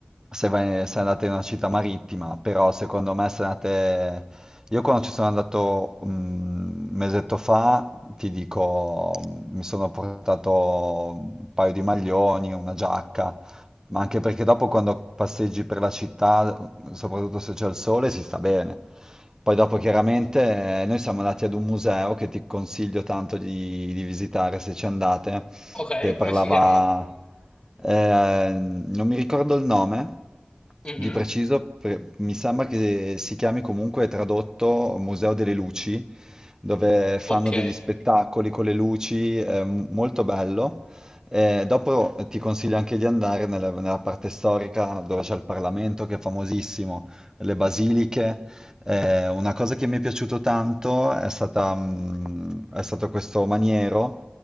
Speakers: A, on the right; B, on the left.
A: se, vai- se andate in una città marittima, però secondo me se andate... Io quando ci sono andato un mesetto fa, ti dico, mi sono portato un paio di maglioni, una giacca, ma anche perché dopo quando passeggi per la città, soprattutto se c'è il sole, si sta bene. Poi dopo chiaramente eh, noi siamo andati ad un museo che ti consiglio tanto di, di visitare se ci andate,
B: Ok,
A: che
B: come
A: parlava,
B: si chiama?
A: eh, non mi ricordo il nome
B: Mhm.
A: di preciso, pre- mi sembra che si chiami comunque tradotto Museo delle Luci, dove fanno
B: Ok,
A: degli spettacoli con le luci, è m- molto bello. Eh, dopo ti consiglio anche di andare nella, nella parte storica dove c'è il Parlamento, che è famosissimo, le basiliche. Eh, una cosa che mi è piaciuto tanto è stata, mm, è stato questo maniero